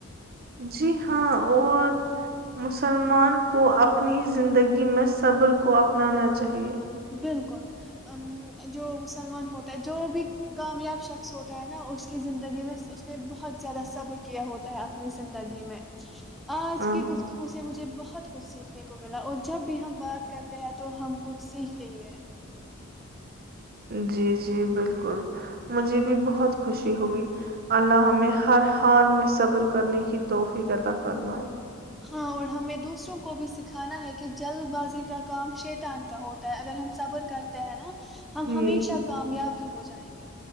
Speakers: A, on the right (about 45°); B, in the centre.
A: جی ہاں اور مسلمان کو اپنی زندگی میں صبر کو اپنانا چاہیے
B: بالکل جو مسلمان ہوتا ہے جو بھی کامیاب شخص ہوتا ہے نا اس کی زندگی میں اس نے بہت زیادہ صبر کیا ہوتا ہے اپنی زندگی میں آج
A: ہاں
B: کی گفتگو سے مجھے بہت کچھ سیکھنے کو ملا اور جب بھی ہم بات کرتے ہیں تو ہم کچھ سیکھنے چاہ ہے
A: جی جی بالکل مجھے بھی بہت خوشی ہوگی اللہ نے ہر حال میں صبر کرنے کی توحفی کرد فرمائے
B: ہاں اور ہمیں دوسروں کو بھی سکھانا ہے کہ جلد بازی کا کام شیتان کا ہوتا ہے اگر ہم صبر کرتے ہیں نا ہم
A: جی
B: ہمیشہ کامیاب ہی ہو جائیں گے